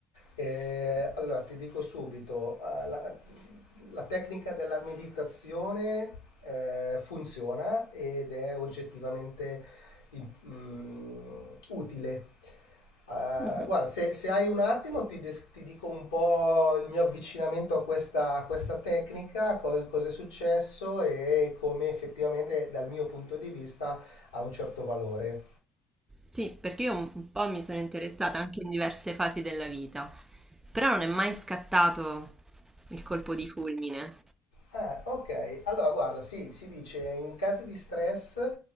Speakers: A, on the left (about 80°); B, on the right (about 20°).
A: Eh, allora ti dico subito, eh, la- la tecnica della meditazione eh, funziona ed è oggettivamente in- mm, utile. Eh,
B: Mhm.
A: guarda, se, se hai un attimo ti, des- ti dico un po' il mio avvicinamento a questa, a questa tecnica, cos- cosa è successo e come effettivamente dal mio punto di vista ha un certo valore.
B: Sì, perché io un un po' mi sono interessata anche in diverse fasi della vita, però non è mai scattato il colpo di fulmine.
A: Ah, ok. Allora, guarda, sì, si dice in casi di stress,